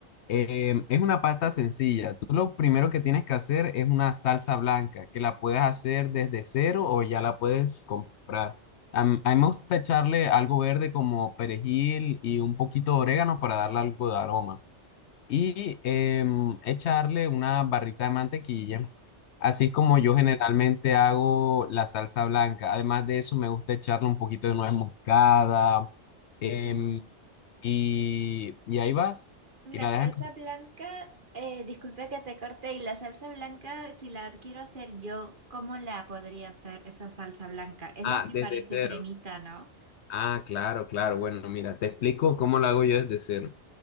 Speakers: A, on the left; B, on the right.
A: Eh, es una pasta sencilla. Tú lo primero que tienes que hacer es una salsa blanca, que la puedes hacer desde cero o ya la puedes comprar. A, m- a mí me gusta echarle algo verde como perejil y un poquito de orégano para darle algo de aroma. Y em, echarle una barrita de mantequilla, así como
B: Ujú.
A: yo generalmente hago la salsa blanca. Además de eso, me gusta echarle un poquito de nuez moscada.
B: Ujú.
A: em, y, y ahí
B: Y
A: vas
B: La
A: y la
B: salsa
A: dejan
B: blanca, eh, disculpe que te corté y la salsa blanca, si la quiero hacer yo, ¿cómo la podría hacer esa salsa blanca? Es
A: Ah,
B: la que
A: desde
B: parece
A: cero.
B: cremita, ¿no?
A: Ah, claro, claro. Bueno, mira, te explico cómo lo hago yo desde cero.